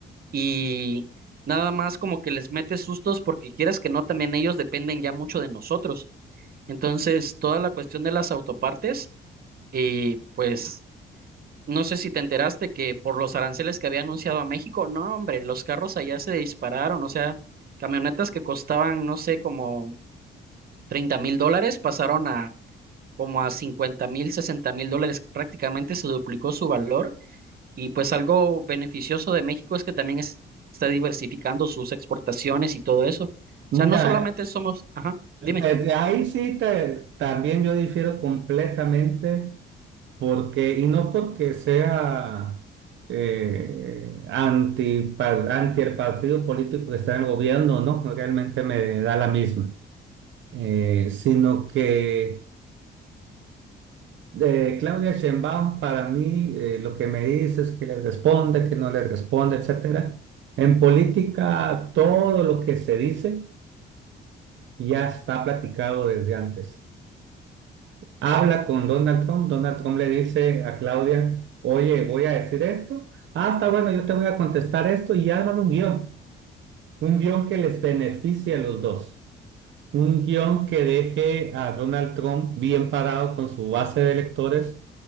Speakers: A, on the right; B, on the right.
A: y nada más como que les metes sustos porque quieras que no, también ellos dependen ya mucho de nosotros. Entonces, toda la cuestión de las autopartes, eh, pues no sé si te enteraste que por los aranceles que había anunciado a México, no, hombre, los carros allá se dispararon, o sea, camionetas que costaban, no sé, como treinta mil dólares pasaron a como a cincuenta mil, sesenta mil dólares, prácticamente se duplicó su valor y pues algo beneficioso de México es que también es- está diversificando sus exportaciones y todo eso. O
B: Mira,
A: sea, no solamente somos, ajá, dime.
B: pues, de ahí sí te- también yo difiero completamente, porque, y no porque sea eh, anti, pa- anti el partido político que está en el gobierno, no, realmente me da la misma, Eh, sino que De Claudia Sheinbaum, para mí, eh, lo que me dice es que le responde, que no le responde, etcétera. En política, todo lo que se dice ya está platicado desde antes. Habla con Donald Trump, Donald Trump le dice a Claudia, oye, voy a decir esto. Ah, está bueno, yo te voy a contestar esto y arman un guión, un guión que les beneficie a los dos, un guión que deje a Donald Trump bien parado con su base de electores